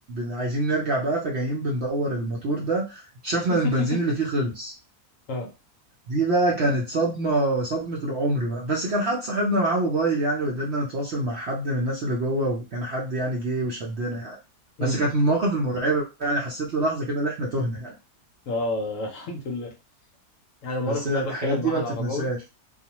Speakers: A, on the right; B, on the left.
A: وعايزين نرجع بقى فجايين بندور الموتور ده شفنا
B: <laughs>
A: ان البنزين اللي فيه خلص
B: آه.
A: دي بقى كانت صدمة صدمة العمر بقى بس كان حد صاحبنا معاه موبايل يعني وقدرنا نتواصل مع حد من الناس اللي جوه وكان حد يعني جه وشدنا يعني
B: مم.
A: بس كانت من المواقف المرعبة يعني حسيت للحظة كده ان احنا تهنا يعني
B: اه <laughs> الحمد لله انا مره
A: بس
B: كنت
A: الحاجات
B: قاعد بتكلم
A: دي
B: مع واحد
A: ما بتتنساش
B: عرباوي